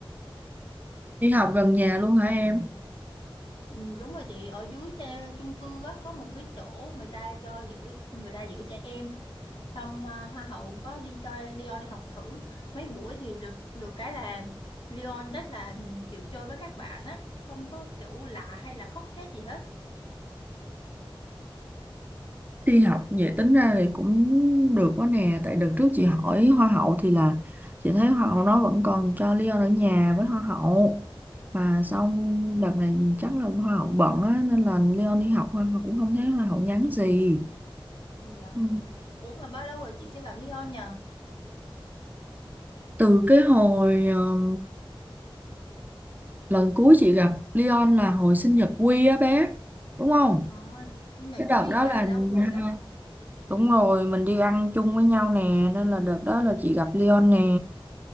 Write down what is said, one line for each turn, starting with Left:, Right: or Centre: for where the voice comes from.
Right: đi học gần nhà luôn hả em
Left: Ừ, đúng rồi chị ở dưới cha- chung cư á, có một cái chỗ người ta cho giữ người ta giữ trẻ em xong à, hoa hậu cũng có đi cho Leon đi học thử mấy buổi thì được được cái là Leon rất là chịu chơi với các bạn á không có kiểu lạ hay là khóc thét gì hết
Right: Đi học vậy tính ra thì cũng được quá nè Tại đợt trước chị hỏi Hoa hậu thì là Chị thấy Hoa hậu nó vẫn còn cho Leon ở nhà với Hoa hậu Mà
Left: ừ,
Right: xong đợt này chắc là Hoa hậu bận á Nên là Leon đi học Hoa hậu cũng không thấy Hoa hậu nhắn gì
Left: dạ
Right: ừ.
Left: ủa mà bao lâu rồi chị chưa gặp Leon nhờ
Right: Từ cái hồi ờ, lần cuối chị gặp Leon là hồi sinh nhật Quy á bé Đúng không?
Left: à, sinh nhật
Right: Cái đợt
Left: Quy
Right: đó
Left: là
Right: là
Left: lâu rồi
Right: hai-
Left: đó
Right: Đúng rồi, mình đi ăn chung với nhau nè Nên là đợt đó là chị gặp Leon nè